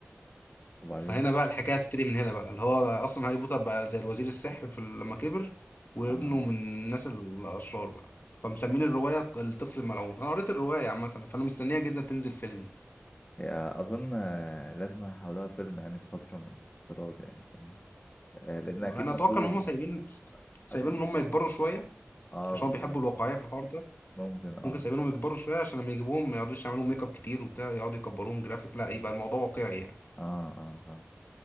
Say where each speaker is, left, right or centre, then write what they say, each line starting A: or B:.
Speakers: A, on the left; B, on the left.
A: وبعدين
B: فهنا بقى الحكايه هتبتدي من هنا بقى اللي هو بقى اصلا هاري بوتر بقى زي الوزير السحر في ال- لما كبر وابنه
A: اه
B: من الناس الاشرار بقى فمسمين الروايه الطفل الملعون انا قريت الروايه عامه فانا مستنيها جدا تنزل فيلم
A: هي اظن آه، لازم هيحولوها فيلم يعني في فتره من الفترات يعني فيلم آه لان
B: انا
A: اكيد مطلوب
B: اتوقع ان هم سايبين سايبين
A: اكيد
B: ان هم يكبروا شويه
A: اه
B: عشان
A: بالظبط
B: هم بيحبوا الواقعيه في الحوار ده
A: ممكن اه
B: ممكن سايبينهم يكبروا شويه عشان لما يجيبوهم ما يقعدوش يعملوا ميك اب كتير وبتاع يقعدوا يكبروهم جرافيك لا يبقى الموضوع واقعي يعني
A: اه اه فاهم